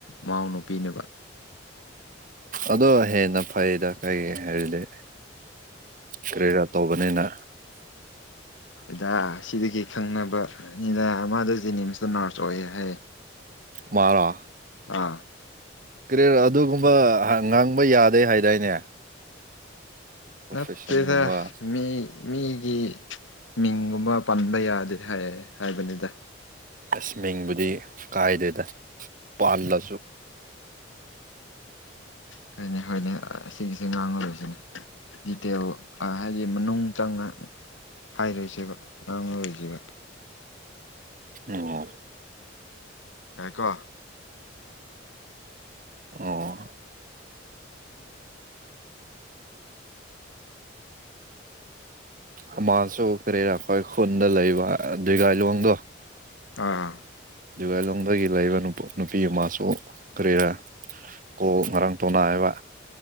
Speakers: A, on the left; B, on the right.
A: ꯃꯥꯎ ꯅꯨꯄꯤꯅꯦꯕ
B: ꯑꯗꯣ ꯍꯦꯟꯅ ꯐꯩꯗ ꯀꯔꯤ ꯍꯥꯏꯔꯤꯗꯤ ꯀꯔꯤꯔꯥ ꯇꯧꯕꯅꯤꯅ
A: ꯍꯗ ꯁꯤꯗꯒꯤ ꯈꯪꯅꯕꯅꯤꯗ ꯃꯥꯗꯣ ꯖꯦꯅꯤꯝꯁꯇ ꯅꯔꯁ ꯑꯣꯏꯌꯦ ꯍꯥꯏꯌꯦ
B: ꯃꯥꯔꯣ
A: ꯑꯥ
B: ꯀꯔꯤꯌꯔ ꯑꯗꯨꯒꯨꯝꯕ ꯉꯥꯡꯕ ꯌꯥꯗꯦ ꯍꯥꯏꯗꯥꯏꯅꯦ ꯄ꯭ꯔꯣꯐꯦꯁꯟꯒꯨꯝꯕ
A: ꯅꯠꯇꯦꯗ ꯃꯤ ꯃꯤꯒꯤ ꯃꯤꯡꯒꯨꯝꯕ ꯄꯟꯕ ꯌꯥꯗꯦ ꯍꯥꯏ ꯍꯥꯏꯕꯅꯤꯗ
B: ꯇꯁꯃꯤꯡꯕꯨꯗꯤ ꯀꯥꯏꯗꯦꯗ ꯄꯥꯜꯂꯁꯨ
A: ꯀꯩꯅꯤ ꯍꯣꯏꯅꯦ ꯑꯁꯤꯒꯤꯒꯤꯁꯦ ꯉꯥꯡꯉꯨꯗꯣꯏꯁꯤꯅꯦ ꯗꯤꯖꯤꯇꯦꯜ ꯍꯥꯏꯗꯤ ꯃꯅꯨꯡ ꯆꯪꯅ ꯍꯥꯏꯔꯣꯏꯁꯦꯕ ꯉꯥꯡꯉꯔꯣꯏꯁꯦꯕ
B: ꯑꯣ
A: ꯍꯥꯏꯀꯣ
B: ꯑꯣ ꯑꯃꯥꯁꯨ ꯀꯔꯤꯔꯥ ꯑꯩꯈꯣꯏ ꯈꯨꯟꯗ ꯂꯩꯕ ꯗꯨꯏꯒꯥꯏꯂꯣꯡꯗꯣ
A: ꯑꯥ꯫
B: ꯑꯗꯨꯒꯂꯣꯡꯗꯒꯤ ꯂꯩꯕ ꯅꯨꯄꯤ ꯑꯃꯁꯨ ꯀꯔꯤꯔ ꯀꯣꯛ ꯉꯔꯥꯡ ꯇꯣꯅꯥ ꯍꯥꯏꯕ꯫